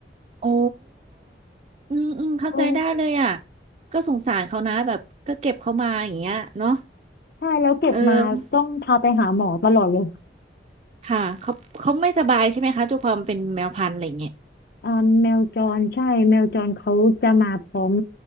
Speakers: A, on the right; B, on the left.
A: โอ้อืมอืมเข้าใจได้เลยอ่ะ
B: โอ้
A: ก็สงสารเขานะแบบก็เก็บเขามาอย่างเงี้ยเนาะ
B: ใช่แล้วเก็บมาต้องพาไปหาหมอตลอดเลย
A: เออค่ะเขาเขาไม่สบายใช่ไหมคะด้วยความเป็นแมวพันธุ์อะไรเงี้ย
B: อ่าแมวจรใช่แมวจรเขาจะมาพร้อม